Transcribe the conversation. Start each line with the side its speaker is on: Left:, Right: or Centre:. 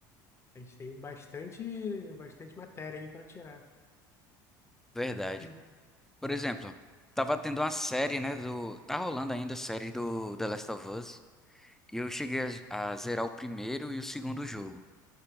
Left: a gente tem bastante, bastante matéria aí pra tirar.
Centre: Verdade.
Left: Mas,
Centre: Por exemplo, tava tendo uma série, né, do, tá rolando ainda a série do The Last of Us, e eu cheguei a, a zerar o primeiro e o segundo jogo.